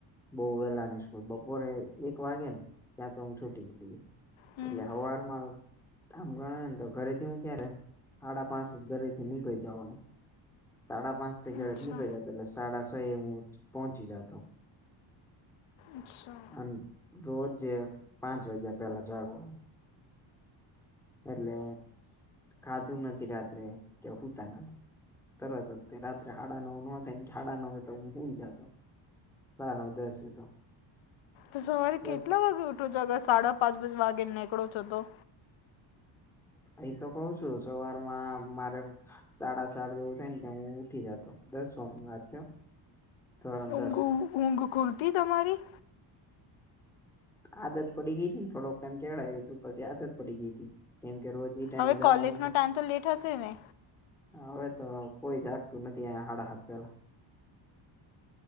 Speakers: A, in the centre; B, on the left.
A: બઉ વેલાની સ્કૂલ બપોરે એક વાગે ને ત્યાં તો અમ છૂટી જઈ. એ
B: હમ
A: એટલે હવારમાં આમ ગણાય ને તો ઘરેથી હું ક્યારે હાડા પાંચ જ ઘરે થી નીકળી જવાનું. સાડા પાંચ થી ઘર
B: અચ્છા
A: જ નીકળી જતો એટલે સાડા છ એ હું પહોંચી જાતો.
B: અચ્છા
A: અને રોજે પાંચ વાગ્યા પેલા જાગવાનું. એટલે ખાધું નથી રાત્રે કે હૂતા નથી. તરત જ તે રાત્રે હાડા નવ ના થાય ને કે હડા નવે તો હું હુઈ જાતો. ના ના ઉદસ તો.
B: તો સવારે
A: દસ
B: કેટલા વાગે ઉઠો છો અગર સાડા પાંચ પાં વાગે નીકળો છો તો?
A: એ તો કઉ છું સવારમાં મારે સાડા ચાર જેવું થાય ને કે હું ઉઠી જાતો દસમાં ની વાત છે. ધોરણ
B: ઊંઘ
A: દસ
B: ઊંઘ ખુલતી તમારી?
A: આદત પડી ગઈ તી ને થોડોક ટાઈમ કેવડાયું તું પછી આદત પડી ગઈ તી. કેમ કે રોજ ઈ ટાઈમે
B: હવે
A: જાવાનું
B: કોલેજનો
A: હતું.
B: ટાઈમ તો લેટ હશે ને
A: હવે તો કોઈ જાગતું નથી અહીંયા હાડા હાથ પેલા.